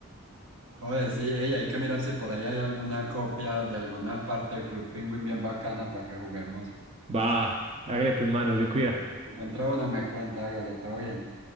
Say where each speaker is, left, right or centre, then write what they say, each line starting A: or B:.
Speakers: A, on the right (about 85°); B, on the right (about 25°).
A: Oye, sí, ey, hay que mirar si por ahí hay alguna copia de alguna parte de Club Penguin bien bacana para que juguemos.
B: Va, hágale pues, mano, se cuida.
A: Encuentra una, me cuenta, hágale, todo bien.